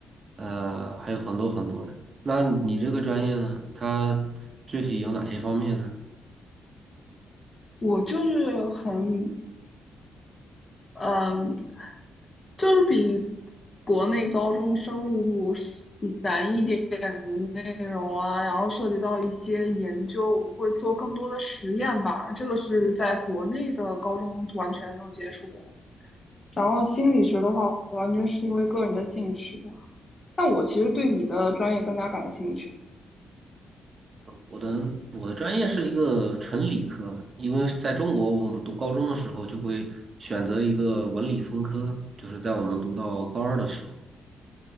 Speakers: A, on the right; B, on the left.
A: 呃，还有很多很多的。那你这个专业呢？它具体有哪些方面呢？
B: 我就是很嗯，就是比国内高中生物部是难一点点的内容啊，然后涉及到一些研究，我们会做更多的实验吧。这个是在国内的高中完全没有接触的。然后心理学的话，完全是因为个人的兴趣吧。但我其实对你的专业更加感兴趣。
A: 我的我的专业是一个纯理科嘛，因为在中国，我们读高中的时候就会选择一个文理分科，就是在我们读到高二的时候，